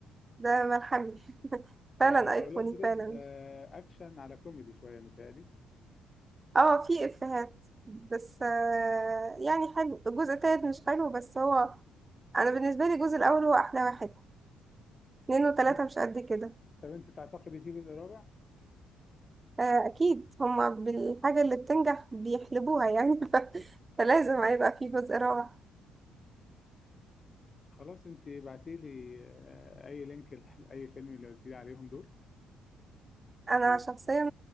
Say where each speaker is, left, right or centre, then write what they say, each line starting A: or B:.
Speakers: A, on the right; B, on the left.
A: ده ملحمي <laughs>
B: اه
A: فعلا
B: واولاد
A: ايقوني
B: رزق
A: فعلا
B: آه اكشن على كوميدي شويه متهيألي
A: اه في افيهات بس آه، يعني حلو الجزء التالت مش حلو بس هو انا بالنسبه لي الجزء الاول هو احلى واحد اتنين وتلاته
B: تمام.
A: مش قد كده
B: طب انت تعتقدي في جزء رابع
A: آه، اكيد هما بالحاجه اللي بتنجح بيحلبوها يعني <laughs> ف- فلازم هيبقى في جزء رابع
B: خلاص انت بعتي لي آه، اي لينك لاي فيلم اللي قلت لي عليهم دول
A: انا
B: و...
A: شخصيا